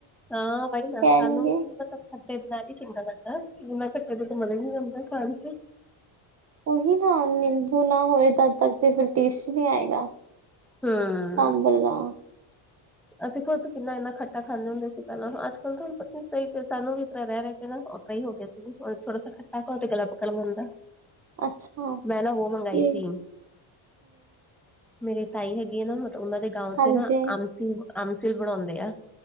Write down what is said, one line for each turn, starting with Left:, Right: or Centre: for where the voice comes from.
Centre: ਨਾ ਬਾਈ ਨਾ
Right: ਕਹਿਣਗੇ
Centre: ਸਾਨੂੰ ਖੱਟੇ ਦੇ ਤਹਿਤ ਹੀ ਚੰਗਾ ਲੱਗਦਾ, ਬਿਨਾਂ ਖੱਟੇ ਤੋਂ ਤਾਂ ਮਜ਼ਾ ਨੀ ਆਂਦਾ ਖਾਣ ਚ।
Right: ਉਹੀ ਨਾ ਨਿੰਬੂ ਨਾ ਹੋਏ, ਤਦ ਤੱਕ ਤੇ ਟੇਸਟ ਚ ਨਹੀਂ ਆਏਗਾ।
Centre: ਹਮ
Right: ਸਾਂਬਰ ਦਾ।
Centre: ਅਸੀਂ ਖੁਦ ਕਿੰਨਾ ਇੰਨਾ ਖੱਟਾ ਖਾਂਦੇ ਹੁੰਦੇ ਸੀ ਪਹਿਲਾਂ, ਅੱਜ-ਕੱਲ ਤੁਹਾਨੂੰ ਪਤਾ ਸਹੀ ਸੀ, ਸਾਨੂੰ ਵੀ ਇਦਾਂ ਰਹਿ-ਰਹਿ ਓਦਾਂ ਹੀ ਹੋ ਗਿਆ ਜੀ, ਥੋੜਾ ਖੱਟਾ ਖਾਓ ਤੇ ਗਲਾ ਪੱਕਣ ਜਾਂਦਾ।
Right: ਅੱਛਾ
Centre: ਮੈਂ ਨਾ ਵੋ ਮੰਗਾਈ
Right: ਇਹ
Centre: ਸੀ। ਮੇਰੇ ਤਾਈ ਹੈਗੀ ਆ ਨਾ, ਮਤਲਬ ਉਹਨਾਂ ਦੇ ਗਾਉਂ
Right: ਹਾਂਜੀ
Centre: ਚ ਨਾ ਆਮਸਿਲ-ਆਮਸਿਲ ਬਣਾਉਂਦੇ ਐ।